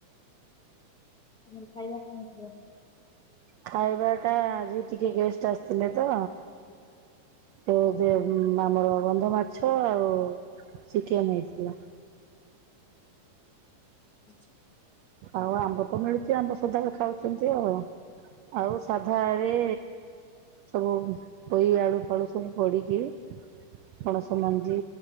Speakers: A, on the left; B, on the right.
A: ଆଜି ଖାଇବା କଣ ହେଇଥିଲା?
B: ଖାଇବା ଟା ଆଜି ଟିକେ ଗେଷ୍ଟ୍ ଆସିଥିଲେ ତ ଯୋଉ ଆମର ବନ୍ଧ ମାଛ ଆଉ ଚିକେନ୍ ହେଇଥିଲା।
A: ଆ
B: ଆଉ ଆମ୍ବ ତ ମିଳୁଛି ଆମ୍ବ ସଦାବେଳେ ଖାଉଛନ୍ତି ଆଉ। ଆଉ ସାଧାରେ ସବୁ ପୋଇ ଆଳୁ ଫାଳୁ ସବୁ ପଡି଼କି ପଣସ ମଞ୍ଜି,